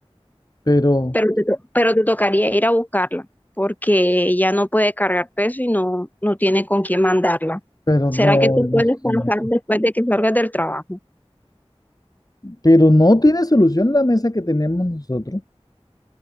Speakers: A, on the left; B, on the left.
A: pero,
B: pero te, to- pero te tocaría ir a buscarla, porque ella no puede cargar peso y no, no tiene con quién mandarla.
A: pero
B: ¿Será
A: no,
B: que tú
A: imagínate.
B: puedes pasar después de que salgas del trabajo?
A: Pero no tiene solución la mesa que tenemos nosotros.